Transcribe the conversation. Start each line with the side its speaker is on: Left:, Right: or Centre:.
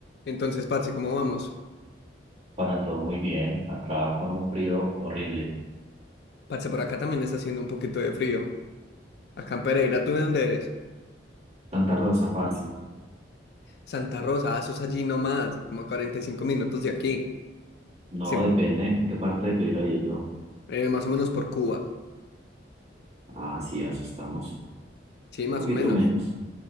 Left: Entonces, parce, ¿cómo vamos?
Right: Para todo muy bien, acá con un frío horrible.
Left: Parce, por acá también está haciendo un poquito de frío. Acá en Pereira, ¿tú de dónde eres?
Right: Santa Rosa, parce.
Left: Santa Rosa, ah, sos allí nomás, como a 45 minutos de aquí.
Right: No
Left: Siem-
Right: depende en qué parte de Pereira bro.
Left: eh, más o menos por Cuba.
Right: Ah, sí, asustamos.
Left: Sí, más
Right: Un poquito
Left: o menos.
Right: menos.